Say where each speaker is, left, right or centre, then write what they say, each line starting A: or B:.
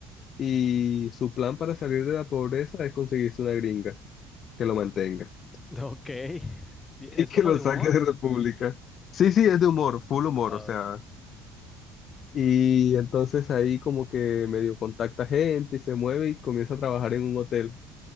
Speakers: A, on the left (about 45°); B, on the left (about 20°).
A: y su plan para salir de la pobreza es conseguirse una gringa que lo mantenga
B: Ok. <laughs>
A: <laughs>
B: ¿Y
A: y
B: ¿Es
A: que
B: como
A: lo
B: de
A: saque
B: humor?
A: de República. Sí, sí, es de humor, full humor,
B: Ah,
A: o sea. Y entonces ahí como que medio contacta gente y se mueve y comienza a trabajar en un hotel.